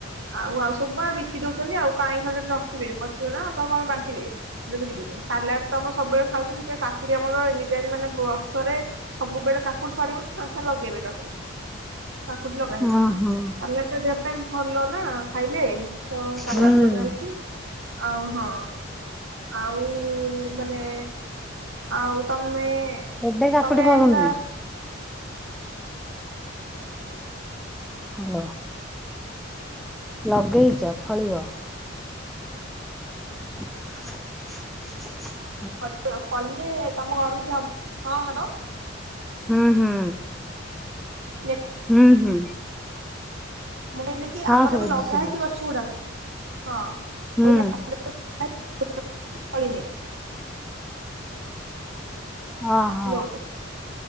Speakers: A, on the right; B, in the centre.
A: ଆଉ ଆଉ ସବୁ ବା ବିକି ଦଉଛନ୍ତି। ଆଉ କାହିଁ ଖାଲି ଟାରେ ରଖିବେ ପଚିବ ନା କାହା କଣ ବାଣ୍ଟିବେ। ଯେବେ କି ବିକି ଦଉଛନ୍ତି। ସାଲାଡ ତ ଆମର ସବୁବେଳେ ଖାଉଛନ୍ତି ସେ କାକୁଡି ଆମର ଏନିଟାଇମ୍ ମାନେ ବର୍ଷରେ ସବୁବେଳେ କାକୁଡି ସରିବ ତ ସାଙ୍ଗେ ସାଙ୍ଗେ ଲଗେଇବେ କାକୁଡି।
B: <inaudible>
A: କାକୁଡି ଲଗା ହେଇଛି
B: ଓହୋ।
A: ସାଲାଡ ଟା ଦେହ ପାଇଁ ଭଲ ନା ଖାଇ ହେ ତ ସାଲାଡ
B: ହୁଁ
A: ଲଗା ହେଇଛି। ଆଉ ହଁ ଆଉ ଉ ମାନେ ଆଉ ତମେ
B: କେବେ କାକୁଡି
A: ତମେ
B: ଫଳୁନି
A: ହେଲା
B: ହ୍ୟାଲୋ। ଲଗେଇଛ ଫଳିବ। <inaudible>
A: କ ଆଉ କିଲେ ତମ ଘରେ ଯଦି ହବ ହଁ ହବ।
B: ହୁଁ ହୁଁ
A: ନେ
B: ହୁଁ ହୁଁ।
A: ମୁଁ କହିଲି କି
B: ହଁ
A: ଆମର
B: ଶୁଭୁଛି
A: ଏବେ ଲଗା
B: ଶୁଭୁଛି।
A: ହେଇଛି ଗଛ ଗୁଡାକ। ହଁ
B: ହୁଁ
A: ମୁଁ କହିଲି <unintelligible> ଫଳିନି।
B: ଓହୋ
A: ହାଲୋ।